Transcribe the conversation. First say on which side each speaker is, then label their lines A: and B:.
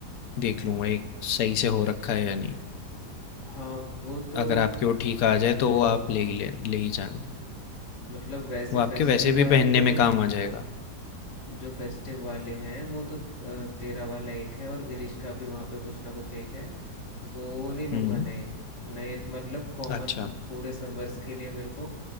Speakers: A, on the left; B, on the left.
A: देख लूँगा एक सही से हो रखा है या नहीं
B: हाँ, वो तो
A: अगर आपके वो ठीक आ जाए तो वो आप ले ही ले, ले ही जाना
B: मतलब वैसे
A: वो आपके
B: फेस्टिव
A: वैसे
B: वाले
A: भी पहनने
B: तो
A: में
B: मैं
A: काम आ जाएगा
B: जो फेस्टिव वाले हैं वो तो अ, तेरा वाला एक है और गिरीश का भी वहाँ पे कुछ ना कुछ एक है, वो नहीं लूँगा
A: हम्म
B: नए। नए तो मतलब कॉमन
A: अच्छा
B: पूरे समर्स के लिए मेरे को